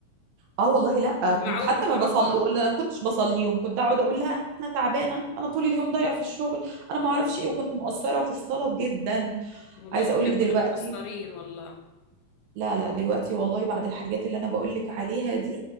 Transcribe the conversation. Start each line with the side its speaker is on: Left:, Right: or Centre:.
Right: اه والله لا
Left: بيجمعوهم
Right: كنت حتى ما
Left: مع
Right: بصلي
Left: بعض
Right: لا، ما كنتش بصليهم كنت اقعد اقول لا انا تعبانه انا طول اليوم ضايع في الشغل انا ما
Left: اه
Right: اعرفش ايه وكنت مقصره في الصلاه جدا
Left: والله
Right: عايزه اقول
Left: احنا
Right: لك
Left: كلنا
Right: دلوقتي
Left: مقصرين والله
Right: لا لا دلوقتي والله بعد الحاجات اللي انا بقول لك عليها دي